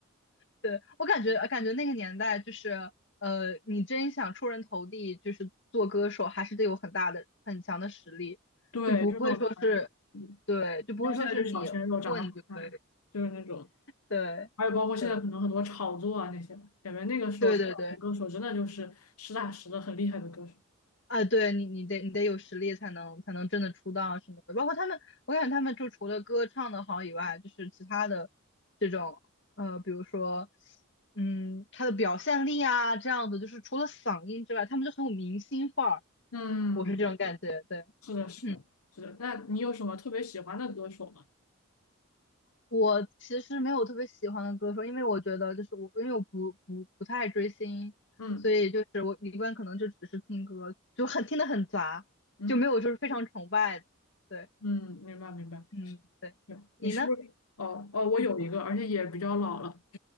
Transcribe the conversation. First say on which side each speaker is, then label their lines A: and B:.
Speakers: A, on the left; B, on the left.
A: 对，我感觉感觉那个年代就是，呃，你真想出人头地，就是做歌手，还是得有很大的、很强的实力，
B: 对，
A: 就不会说是，
B: 就是那种传奇。
A: 对，就不会说是你混就可以，
B: 然后现在就是小鲜肉长得好看，就是那种，
A: 对。
B: 还有包括现在可能很多炒作啊那些吧，
A: 对
B: 感觉那个时候唱的歌手真的就是实打实的很厉害的歌手。
A: 对对对，啊，对你你得你得有实力才能才能真的出道什么的。包括他们，我感觉他们就除了歌唱的好以外，就是其他的这种呃，比如说嗯，他的表现力啊这样子，就是除了嗓音之外，他们就很有明星范儿。
B: 嗯，
A: 我是这种感觉，对，
B: 是的，是的，
A: <clears throat>
B: 是的。那你有什么特别喜欢的歌手吗？
A: 我其实没有特别喜欢的歌手，因为我觉得就是我，因为我不不不太追星，
B: 嗯
A: 所以就是我一般可能就只是听歌，就很听得很杂，
B: 嗯。
A: 就没有就是非常崇拜的。对，
B: 嗯，明白明白。
A: 嗯，对，
B: 对，
A: 你呢？
B: 你是不是？哦哦，我有一个，
A: 嗯
B: 而且也比较老了，<laughs>